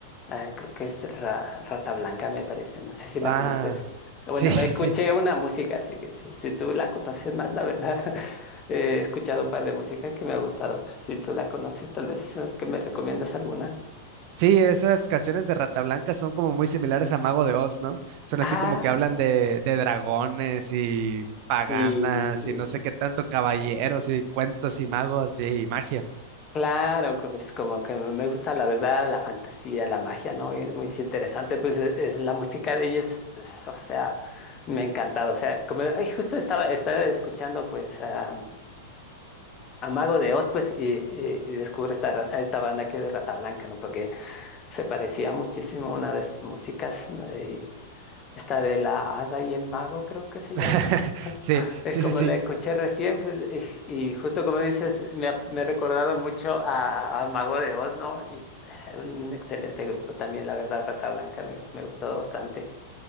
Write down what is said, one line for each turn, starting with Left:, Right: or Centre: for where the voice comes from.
Left: Ah, creo que es Ra- Rata Blanca, me parece, no sé si la
Right: Ah,
Left: conoces.
Right: <laughs>
Left: Bueno,
Right: sí, sí,
Left: escuché
Right: sí.
Left: una música, así que si, si tú la conoces más, la verdad, <laughs> eh, he escuchado un par de músicas que me ha gustado. Si tú la conoces, tal vez eh, que me recomiendas alguna.
Right: Sí, esas canciones de Rata Blanca son como muy similares a Mago de Oz, ¿no? Son
Left: Ah,
Right: así como que hablan de, de dragones y paganas
Left: sí, sí.
Right: y no sé qué tanto, caballeros y cuentos y magos y magia.
Left: Claro, co- pues como que me gusta la verdad, la fantasía, la magia, ¿no? Es muy interesante, pues eh, eh, la música de ellos, eh, o sea, me ha encantado, o sea, como ay, justo estaba, estaba escuchando pues a, a Mago de Oz, pues, y, y- y descubro esta, ra- a esta banda que es Rata Blanca, ¿no? Porque se parecía muchísimo a una de sus músicas, ¿no? Y esta de la Hada y el Mago, creo que se
Right: <laughs>
Left: llama.
Right: Sí,
Left: Es
Right: sí,
Left: como
Right: sí, sí.
Left: la escuché recién, pues, es- y justo como dices, me ha, me ha recordado mucho a, a Mago de Oz, ¿no? Y es <laughs> un excelente grupo también, la verdad, Rata Blanca, me, me ha gustado bastante.